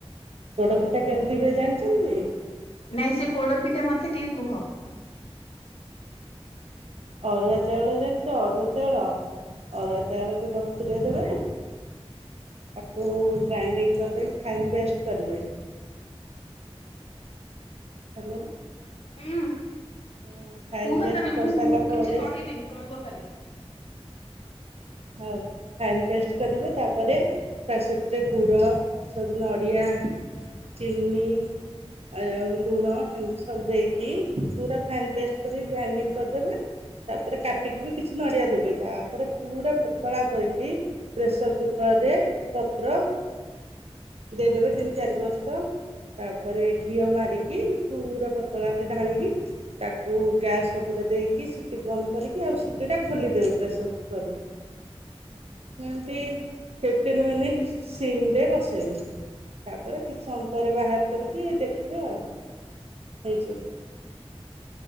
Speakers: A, on the right (about 75°); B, on the left (about 65°).
A: ପୋଡ଼ ପିଠା କେମିତି ହୁଏ ଜାଣିଛନ୍ତି?
B: ନାଇଁ, ସେ ପୋଡପିଠା ମତେ ଟିକେ କୁହ।
A: ଅରୁଆ ଚାଉଳ ଜାଣିଛ ଅରୁଆ ଚାଉଳ। ଅରୁଆ ଚାଉଳକୁ ବତୁରେଇ ଦେବେ। ତାକୁ ଗ୍ରାଇଣ୍ଡିଙ୍ଗ କରିଦେଇକି ଫାଇନ୍ ପେଷ୍ଟ କରିବେ। ହ୍ୟାଲୋ,
B: ହୁଁ
A: ହଁ ଫାଇନ୍
B: କୁହ
A: ପେଷ୍ଟ
B: ତମେ ମୁଁ
A: କରିସାରିଲା
B: ହୁଁ କିଛି
A: ପରେ।
B: କହିବିନି କହିବ କାଲି।
A: ହଉ, ଫାଇନ୍ ପେଷ୍ଟ କରିବେ ତାପରେ ତା ସାଥିରେ ଗୁଡ଼, ସବୁ ନଡ଼ିଆ, ଚିନି। ଆ ଆଉ ଲୁଣ ଏମିତି ସବୁ ଦେଇକି ପୁରା ଫାଇନ୍ ପେଷ୍ଟ କରି ଗ୍ରାଇଣ୍ଡିଙ୍ଗ କରିଦେବେ। ତାପରେ କାଟିକି ବି କିଛି ନଡ଼ିଆ ଦେବେ। ତାପରେ ପୁରା ପତଳା କରିକି ପ୍ରେସର କୁକରରେ ପତ୍ର ଦେଇଦେବେ ତିନି ଚାରି ପରସ୍ତ। ତାପରେ ଘିଅ ମାରିକି, ପୁର ପତଳାଟେ ଢାଳିକି ତାକୁ ଗ୍ୟାସ୍ ଉପରେ ଦେଇକି ସିଟି ବନ୍ଦ କରିକି, ଆଉ ସିଟିଟା ଖୋଲିଦେବେ ପ୍ରେସର କୁକରରୁ। ଏମତି ଫିଫ୍ଟିନ୍ ମିନିଟ୍ ସିମରେ ବସେଇବେ। ତାପରେ କିଛି ସମୟ ପରେ ବାହାର କରିକି ଦେଖିବେ ଆଉ ହେଇଛି।